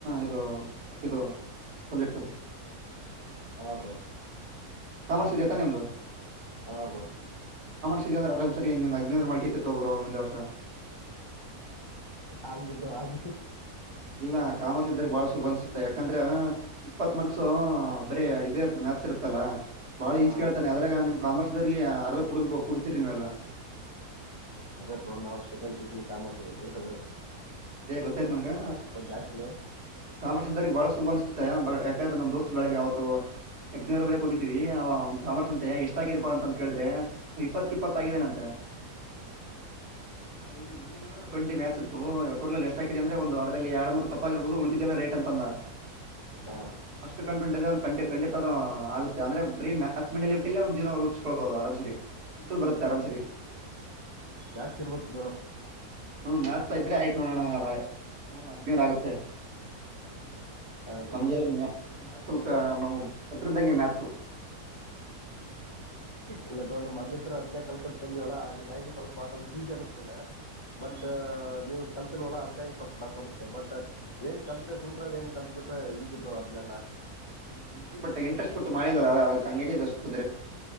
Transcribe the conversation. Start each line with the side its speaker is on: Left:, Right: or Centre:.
Right: ಇದು ಇದು ಸಬ್ಜೆಕ್ಟ್
Left: ಹಾ ಬ್ರೋ
Right: ಕಾಮರ್ಸತ ನೆಮದು
Left: ಹಾಬೋ
Right: ಂದ್ರೆರ್ ಸರಿ ಅಗ್ನ ಮಾಡ್ಕತ್ತ ತಬರ ಮುಂದೆ ವರ್ಷ
Left: ಆಗಿ ಬ್ರೋ ಆಗಿ
Right: ಇಲ್ಲ ಕಾಮರ್ಸ್ ಇದ್ದ್ರ ಬಾಳಷ್ಟ ುಲ್ ಅನ್ಸುತ್ತ ಯಾಕಂದ್ರೆ ಇಪ್ಪತ್ ಮಾರ್ಕ್ಸು ಬರೀ ಇದೇ ಮ್ಯಾಥಸ್ ಇರತ್ತಲ್ಲ ಬಹಳ
Left: ಹಾ
Right: ಈಜ ಕೇಳ್ತೆ ಅದಾಗ ನಿಮ್ ಕಾಮರ್ಸ್ದರಿಗೆ ಅರ್ಧ ಕುಡ ಕುಡ್ತಿೀರಿ ನೀವೆಲ್ಲ
Left: ಮತ್ತ ನ ಸಕ ಕರ್ <unintelligible>
Right: ಅದ ಗೊತ್ತಾಯ್ತು ನನಗೆ
Left: ಜಾಸ್ತಿನೇ
Right: ಕಾಮರ್ಷ್ ಇದ್ದರ್ಿಗೆ ಬಾಳ ಸುಲಭ ಅತ ಮ ಯಾಕಂದ್ರೆ ನಮ್ ದೋಸ್ತ್ ಬೆಳಗ್ಗೆ ಅವವತ್ತು ಎಗ್ನವರ ಬಳಗೆ ಹೋಗಿದೀವಿ ಆ ಒಂದು ಕಾಮರ್ಸ್ ಅಂತೆ ಎಷ್ಟ ಆಗಿದಪ್ಪಾ ಅಂತ ಕೇಳಿದ್ರೆ ಇಪ್ಪತ್ ಇಪ್ಪತ್ತಾಗಿದ್ದೇನೆಂತೆ.
Left: ಹ್ಮ್
Right: ಐದು ರಿಜನಿಂಗ್ ಟ್ವೆಂಟಿ ಮ್ಯಾಚ್ ಇತ್ತು ಎಷ್ಟ ಹಾಕಿದೆ ಅಂದ್ರೆ ಒಂದು ಅದರಲ್ಲಿ ಎರಡ್ ಮೂರು ತಪ್ಪರ್ಬಹುದು ಉಳಕಲ್ಲ ರೇಟ್ ಅಂತ ಅಂದ
Left: ಹಾ
Right: ಅಷ್ಟು ಕಫಿಡೆಂಟ್ ಂಡಿತ ಆಗುತ್ತೆ ಅಂದ್ರೆ ಬರೀೀ ರೂಪಬದುರ ಬರುತ್ತೆ ಆರರಿ
Left: ಯಾಕ ಇರ್ಬದಾರ
Right: ಹ್ಮ್ ಮ್ಯಾತ್ಸ್ ಇದ್ರೆ ಆಯ್ತ ನೋಣದ ವರ ಆಗುತ್ತೆ
Left: ಹಾ ಬ್ರೋ
Right: ನಮ್ಗೆಲ್ಲ ಸ್ವಲ್ಪ ನಮ್ ಪತ್ರದ್ದಂಗೆ ಮ್ಯಾಥಸು
Left: ಇಲ್ಲ್ ಮದ್ ಹತ್ರ ಹದೇ ಕಲ್ಕಂತ ಬಂದಿವವಲ್ಲಾ ಹಂಗಾಗಿ ಸ್ವಲ್ಪ ಪಾದಮ ಗೀ ಜನಿಸ್ತದೆ ಬಟ್
Right: ಹ್ಮ್
Left: ನೀವು ಕಲ್ತಿನ್ವಲ್ಲ ಅದಕ್ಕಾಗಿ ಸ್ವಲ್ಪಟಪ್ಪಪ್ ಅನ್ಿಸತೆ ಬಟ್ ಏನ್ ಕಲ್ತ್ೆ ಸೂತ್ರದ ಏನ್ ಕಲ್ತ್ ಬಿಟ್ರೆ ಈಗಿಬ್ರು ಅದ್ನೆಲ್ಲ.
Right: ಹ್ಮ್ ಈಜ ಬಟ್ಟೆ ಇಂಟ್ರೆಸ್ಟ್ ಕೊಟ್ಟ ಮಾಡಿಲ್ಲಲ್ಲ ಅ ಅದಕ್ಕೆ ಹಂಗ ಜಾಸ್ ತೊಂದ್ರೆ